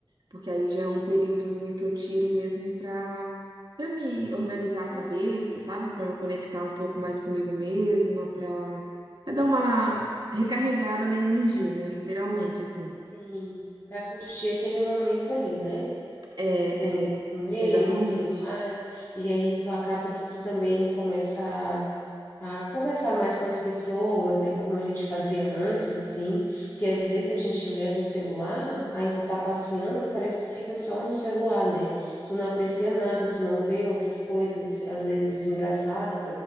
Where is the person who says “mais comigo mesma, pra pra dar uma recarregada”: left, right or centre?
Right